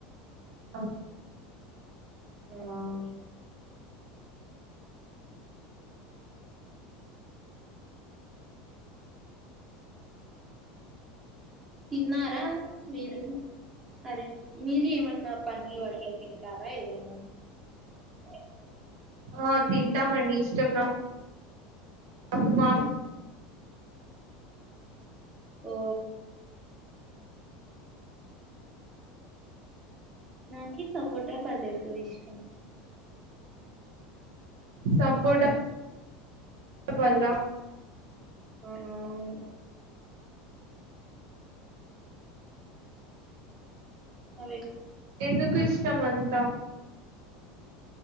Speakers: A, on the right (about 80°); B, on the right (about 20°).
A: అమ్
B: నాని తిన్నారా మీరు అరే మీరి ఏమన్నా పండ్లు అట్లా తింటారా ఏవైనా అ
A: ఆ తింటాము అండి ఇష్టం నా అకుమార్
B: ఓ నాకి సపోటా పండ్లు ఎక్కువ ఇష్టం
A: సపోటా పళ్ళ
B: ఆ అవును అవే
A: ఎందుకు ఇష్టము అంతా